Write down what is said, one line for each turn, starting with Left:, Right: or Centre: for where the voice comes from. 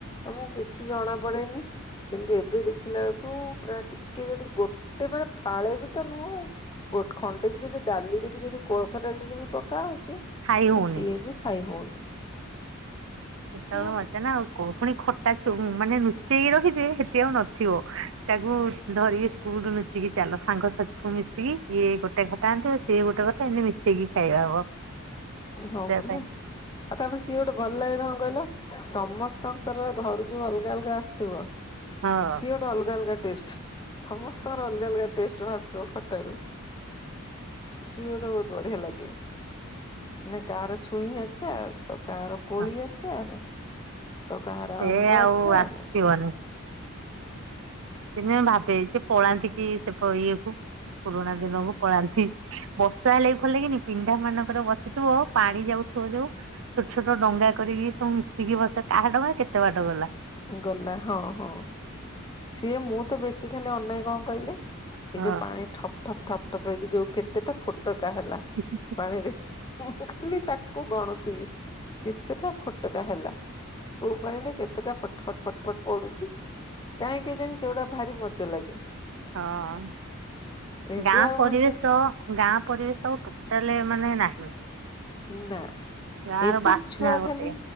Left: ଆମକୁ କିଛି ଜଣା ପଡେନି। କିନ୍ତୁ ଏବେ ଦେଖିଲା ବେଳକୁ ପୁରା ଟିକେ ଯଦି ଗୋଟେ ମାନେ ଫାଳେ ବି ତ ନୁହଁ ଆଉ। ଗୋଟେ ଖଣ୍ଡେ ବି ଯଦି ଡାଲିରେ ବି ଯଦି କୋଳଥ ଡାଲିରେ ବି ପକା ହଉଛି ତ
Right: ଖାଇ ହଉନି।
Left: ସିଏ ବି ଖାଇ ହଉନି।
Right: ସେତବେଳେ
Left: କଣ
Right: ମଜା ନା ଆଉ। ପୁଣି ଖ ତା ମାନେ ଲୁଚେଇକି ରଖିଥିବେ ସେଠି ଆଉ ନଥିବ। ତାକୁ ଧରିକି କଉଠୁ ଲୁଚିକି ଚାଲ ସାଙ୍ଗସଥି ସବୁ ମିଶିକି ଇଏ ଗୋଟେ ଖଟା ଆଣିଥିବ ସିଏ ଗୋଟେ ଖଟା ଏମତି ମିଶେଇକି ଖାଇବା ହବ। <unintelligible>
Left: ହଁ ପରା।
Right: ଥାଏ
Left: ଆଉ ତାପରେ ସିଏ ଗୋଟେ ଭଲ ଲାଗେ କଣ କହିଲ? ସମସ୍ତଙ୍କର ଘରୁ ଯୋଉ ଅଲଗା ଅଲଗା ଆସିଥିବ।
Right: ହଁ।
Left: ସିଏ ଅଲଗା ଅଲଗା ଟେଷ୍ଟ। ସମସ୍ତଙ୍କର ଅଲଗା ଅଲଗା ଟେଷ୍ଟ ବାହାର ତ ଖଟାରୁ ସିଏ ଗୋଟେ ବହୁତ ବଢିଆ ଲାଗେ। ନାଇଁ କାର ଛୁଇଁ ଆଚାର୍ ତ କାର କୋଳି
Right: ହଁ,
Left: ଆଚାର। ତ କାହାର
Right: ସେ
Left: ଆମ୍ବ
Right: ଆଉ
Left: ଆଚାର।
Right: ଆସିବନି। ଦିନେ ଭାବେ ସେ ପଳାନ୍ତି କି ସେ ଇଏ କୁ। ପୁରୁଣା ଦିନକୁ ପଳାନ୍ତି ବର୍ଷା ହେଲେ ବି ଭଲ ଲାଗେନି। ପିଣ୍ଡା ମାନଙ୍କର ବସିଥିବ ପାଣି ଯାଉଥିବ ଯୋଉ। ଛୋଟ ଛୋଟ ଡଙ୍ଗା କରିକି ସବୁ ମିଶିକି ବସେ କାହା ଡ଼ଙ୍ଗା କେତେ ବାଟ ଗଲା।
Left: ଗଲା ହଁ ହଁ। ସିଏ ମୁଁ ତ ବେଶୀ ଖାଲି ଅନାଏ କଣ କହିଲେ ଏଇ
Right: ହଁ।
Left: ଯୋଉ ପାଣି। ଠପ୍ ଠପ୍ ଠପ୍ ଠପ୍ ହେଇି କି ଯୋଉ କେତେଟା ଫୋଟକା ହେଲା।
Right: ହୁଁ <inaudible>
Left: ପାଣିରେ <unintelligible> ମୁଁ ଖାଲି ତାକୁ ଗଣୁଥିବି କେତେଟା ଫୁ ଫୁଟୁକା ହେଲା କୋଉ ପାଣିରେ କେତେଟା ଫଟ ଫଟ ଫଟ ଫଟ ପଡୁଛି। କାହିଁକ କେଯାଣି ସେଗୁଡା ଭାରି ମଜା ଲାଗେ।
Right: ହଁ
Left: ଏବେ
Right: ଗାଁ
Left: ଆଉ
Right: ପରିବେଶ।
Left: ମାନେ
Right: ତ ଗାଁ ପରିବେଶ ଆଉ ଟୋଟାଲ ମାନେ ନାହିଁ।
Left: ନା
Right: ଗାଁ
Left: ଏବେ
Right: ର ବାସ୍ନା
Left: ଛୁଆ
Right: ଗୋଟେ
Left: ଖାଲି।